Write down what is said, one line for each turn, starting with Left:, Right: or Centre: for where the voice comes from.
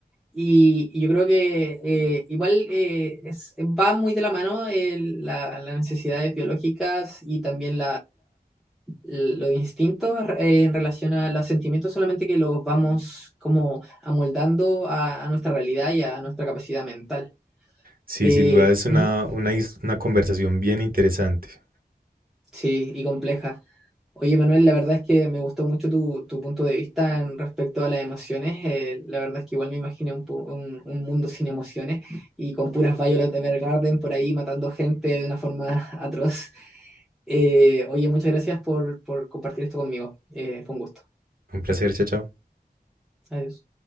Centre: Y, y yo creo que eh, igual eh, es- va muy de la mano el- la- las necesidades biológicas y también los instintos eh, en relación a los sentimientos solamente que los vamos como amoldando a, a nuestra realidad y a nuestra capacidad mental.
Right: Sí,
Centre: Eh,
Right: sin duda es una,
Centre: ujú,
Right: una, his- una conversación bien interesante.
Centre: sí, y compleja. Oye, Manuel, la verdad es que me gustó mucho tu, tu punto de vista en respecto a las emociones. Eh, la verdad es que igual me imaginé un, pu- un- un mundo sin emociones y con puras Violet Evergarden por ahí matando gente de una forma <laughs> atroz. Eh, oye, muchas gracias por, por compartir esto conmigo. Eh, fue un gusto.
Right: Un placer, chao, chao.
Centre: Adiós.